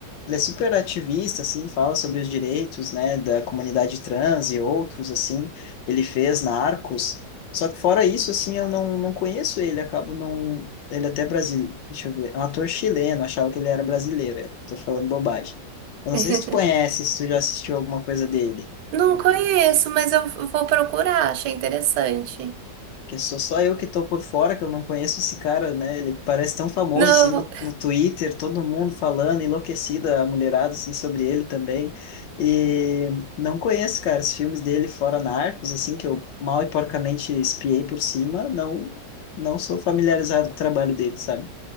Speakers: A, on the left; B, on the right.
A: Ele é super ativista, assim, fala sobre os direitos, né, da comunidade trans e outros, assim. Ele fez na Arcos Só que fora isso, assim, eu não, não conheço ele, acabo não... Ele até brasileiro, deixa eu ver, é um ator chileno, achava que ele era brasileiro, eu tô falando bobagem. Eu não
B: <laughs>
A: sei se tu conhece, se tu já assistiu alguma coisa dele.
B: Não
A: Putz.
B: conheço, mas eu vou procurar, achei interessante.
A: Que sou só eu que tô por fora, que eu não conheço esse cara, né? Ele parece tão famoso,
B: Não,
A: assim, no, no Twitter, todo mundo falando, enlouquecida, a mulherada, assim, sobre ele também. E não conheço, cara, os filmes dele fora Narcos, assim, que eu mal e porcamente espiei por cima, não, não sou familiarizado com o trabalho dele, sabe?